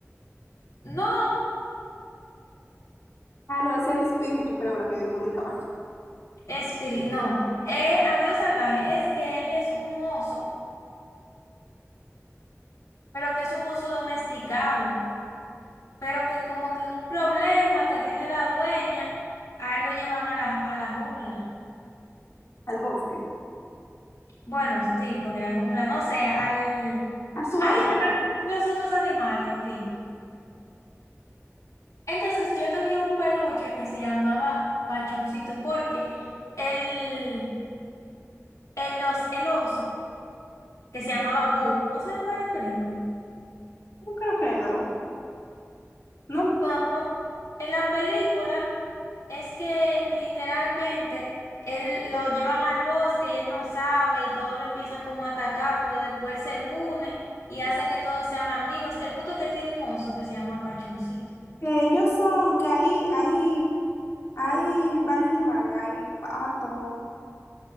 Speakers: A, on the left; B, on the left.
A: No,
B: Ah, no, ese es espíritu, creo, la que yo digo del caballo. <laughs>
A: Espíritu, no, eh, Amigo Salvaje es que él es un oso, pero que es un oso domesticado, pero que como que un problema que tiene la dueña, a él lo llevan a la, a la jungla.
B: Al bosque.
A: Bueno, sí, porque la jungla, no sé, al...
B: A su
A: Hay
B: hábitat.
A: los otros animales, en fin. Entonces yo tenía un peluche que se llamaba Pachoncito, porque el, el, os- el oso, que se llamaba Boo, no sé cuál es la película.
B: No creo que no. No,
A: Bueno, en la película es que literalmente él lo llevan al bosque y él no sabe y todos lo empiezan como a atacar, pero después él se une y hace que todos sean amigos. El punto es que él tiene un oso que se llama Pachoncito.
B: que ellos son, que ahí, ahí, hay varios animales, hay pato.